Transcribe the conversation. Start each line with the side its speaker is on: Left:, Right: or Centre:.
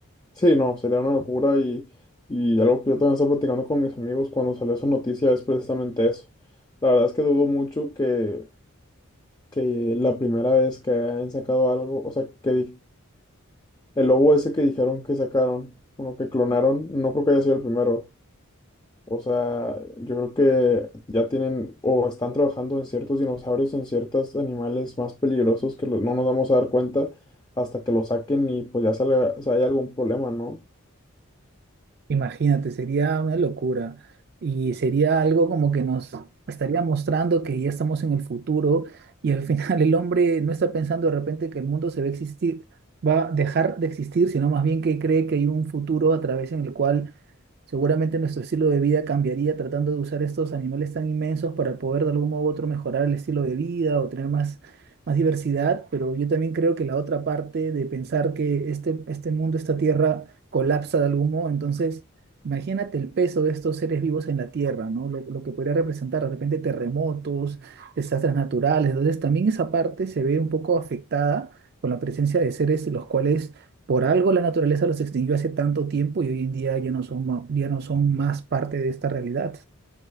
Left: sí, no, sería una locura y, y algo que yo también estaba platicando con mis amigos cuando salió esa noticia es precisamente eso. La verdad es que dudo mucho que que la primera vez que han sacado algo, o sea, que di- el lobo ese que dijeron que sacaron, bueno, que clonaron, no creo que haya sido el primero. O sea, yo creo que ya tienen o están trabajando en ciertos dinosaurios, en ciertos animales más peligrosos que los- no nos vamos a dar cuenta hasta que lo saquen y pues ya salga, o sea, hay algún problema, ¿no?
Right: Imagínate, sería una locura. Y sería algo como que nos estaría mostrando que ya estamos en el futuro y al <laughs> final el hombre no está pensando de repente que el mundo se va a existir, va a dejar de existir, sino más bien que cree que hay un futuro a través en el cual Seguramente nuestro estilo de vida cambiaría tratando de usar estos animales tan inmensos para poder de algún modo u otro mejorar el estilo de vida o tener más, más diversidad, pero yo también creo que la otra parte de pensar que este, este mundo, esta tierra, colapsa de algún modo, entonces imagínate el peso de estos seres vivos en la tierra, ¿no? Lo, lo que podría representar de repente terremotos, desastres naturales, entonces también esa parte se ve un poco afectada con la presencia de seres los cuales por algo la naturaleza los extinguió hace tanto tiempo y hoy en día ya no son, ma- ya no son más parte de esta realidad.